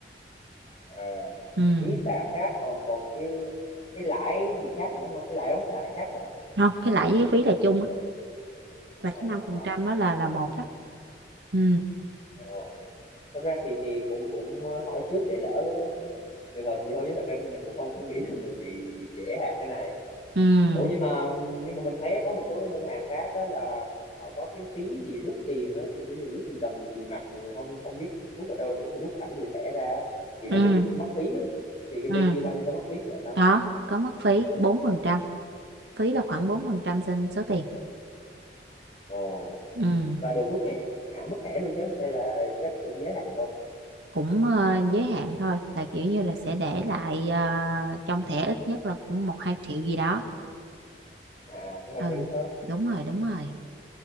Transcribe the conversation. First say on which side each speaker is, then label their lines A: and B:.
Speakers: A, on the left; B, on the right.
A: à,
B: ừ.
A: phí phạt khác còn còn cái cái lãi gì khác nữa đúng không cái lãi đóng phạt là khác nữa hả?
B: không cái lãi với cái phí là chung á và
A: à,
B: cái năm
A: ờ
B: phần
A: ờ
B: trăm đó là là một đó ừ
A: ờ thật ra thì thì cũng cũng hỏi trước để lỡ có trường hợp gì thôi chứ thật ra thì mình cũng không không nghĩ là mình bị bị trễ hàng cái này
B: ừ
A: ủa nhưng mà nhưng mà mình thấy có một số cái ngân hàng khác đó là họ có cái phí gì rút tiền đó kiểu như nhiều lúc mình cầm tiền mặt mà mình không không biết rút vào đâu là mình phải rút thẳng từ thẻ ra thì nó
B: ừ
A: sẽ bị mất phí á. thì cái
B: ừ
A: BV Bank này có mất phí như vậy không
B: đó có mất phí bốn phần trăm phí là khoảng 4% trên số tiền
A: ồ
B: ừ,
A: và được rút hết hạn mức thẻ luôn chứ hay là chắc cũng giới hạn thôi
B: cũng ờ, giới hạn thôi là kiểu như là sẽ để lại ờ, trong thẻ ít nhất là cũng một hai triệu gì đó
A: à chứ không
B: ừ
A: cho rút hết
B: đúng rồi đúng rồi